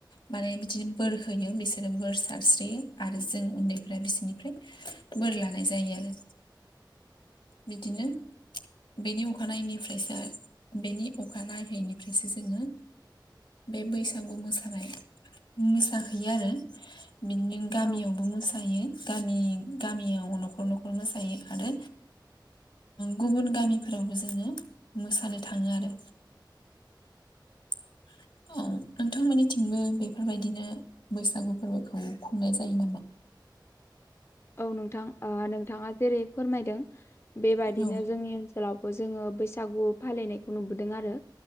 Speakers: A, on the left; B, on the left.
A: माने बिदिनो बोर होयो बिसोरो बोर सारस्रियो आरो जों उन्दै फोरा बिसोरनिफ्राय बोर लानाय जायो आरो बिदिनो बेनि अखानायैनिफ्रायसो बेनि अखा नायैनिफ्रायसो जोङो बे बैसागु मोसानाय मोसाहैयो आरो। बिदिनो गामियावबो
B: औ
A: मोसा गामि गामियाव न'खर न'खर मोसायो आरो गुबुन गामिफोरावबो जोङो मोसानो थाङो आरो। <inaudible> औ नोंथांमोननिथिंबो बेफोरबायदिनो बैसागु फोरबोखौ खुंनाय जायो नामा?
B: औ नोंथां ओ नोंथाङा जेरै फोरमायदों बेबायदिनो
A: औ
B: जोंनि ओनसोलावबो जोङो बैसागु फालिनायखौ नुबोदों आरो।